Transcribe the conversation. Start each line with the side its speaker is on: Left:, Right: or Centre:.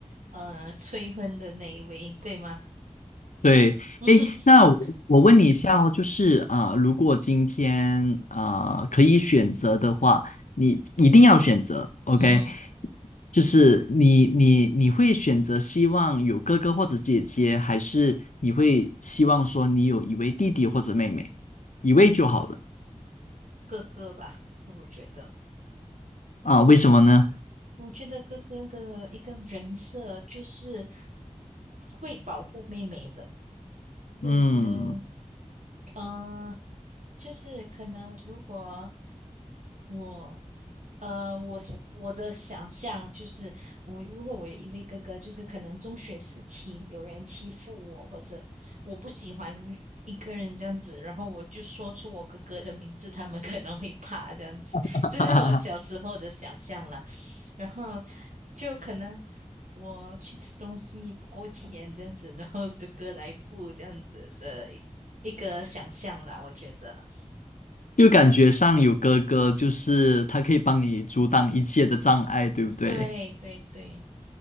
Right: 呃催婚的那一位，对吗？
Left: 对，
Right: <laughs>
Left: 哎，那我我问你一下哦，就是啊、呃如果今天啊、呃可以选择的话，你一定要选择，OK？
Right: 嗯，
Left: 就是你你你会选择希望有哥哥或者姐姐，还是你会希望说你有一位弟弟或者妹妹，一位就好了
Right: 哥哥吧，我觉得，
Left: 啊？为什么呢？
Right: 我觉得哥哥的一个人设就是会保护妹妹的，就是，
Left: 嗯，
Right: 呃，就是可能如果我呃，我是我的想象就是，我如果我有一位哥哥，就是可能中学时期有人欺负我，或者我不喜欢一个人这样子，然后我就说出我哥哥的名字，他们可能会怕这样子，
Left: <laughs>
Right: 就是我小时候的想象啦。然后就可能我去吃东西不够钱这样子，然后哥哥来付这样子的一一个想象啦，我觉得。
Left: 就感觉上有哥哥，就是他可以帮你阻挡一切的障碍，对不对？
Right: 对对对，